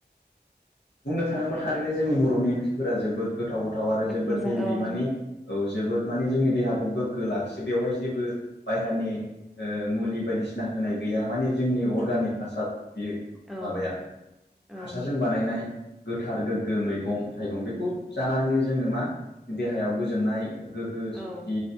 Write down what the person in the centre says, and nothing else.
मोजां
ओं
औ
औ
औ